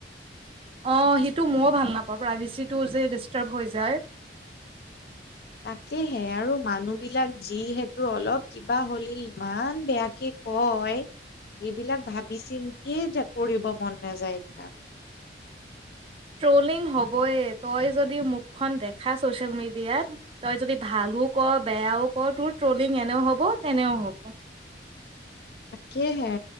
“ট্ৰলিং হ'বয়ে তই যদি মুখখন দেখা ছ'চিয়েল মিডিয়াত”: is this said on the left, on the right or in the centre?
Right